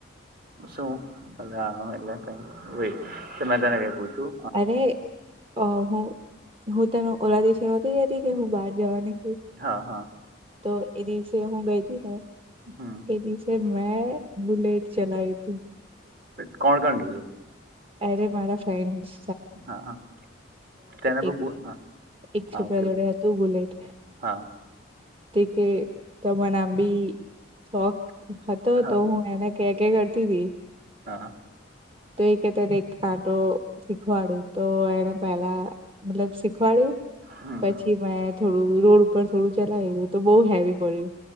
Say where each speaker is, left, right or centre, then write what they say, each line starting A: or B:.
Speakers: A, on the right; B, on the right.
A: શુ <unintelligible> એમ એટલે કંઈ વેઇટ મે તને કઇ પુંછું.
B: અરે? અ હું-હું તને ઓલા દિવસે નતી જતી કે હું બહાર જવાની છું.
A: હા! હા!
B: તો એ દિવસે હું ગઈ હતી ને.
A: હમ!
B: એ ડીવસે મેં બુલેટ ચલાયુ તું.
A: કોણ-કોણ ગેલુ?
B: અરે મારા ફ્રેન્ડસ.
A: હા હા ચના
B: એક
A: હા
B: એક
A: હા
B: છોકરા
A: ઓકે
B: જોડે
A: ઓ.
B: હતું બુલેટ
A: હા!
B: તે કે ત મને આમ બી શોખ હતો
A: હા
B: તો હું એને કે- કે કરતી તી.
A: હા
B: તો એ કે તને એક આટો શીખવાડુ તો એને પેલા મતલબ શીખવાડ્યું.
A: હમ
B: પછી મેં થોડું રોડ ઉપર થોડું ચ લાયવું તો બઉ હેવી પડયુ.